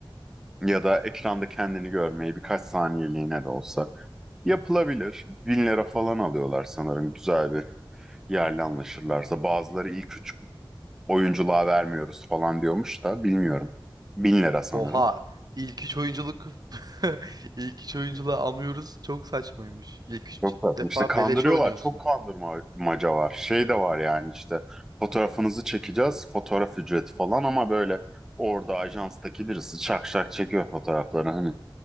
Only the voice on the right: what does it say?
Oha ilk üç oyunculuk <laughs> ilk üç oyunculuğu anlıyoruz. Çok saçmaymış. İlk üç
defa
beleşe oynuyorsun.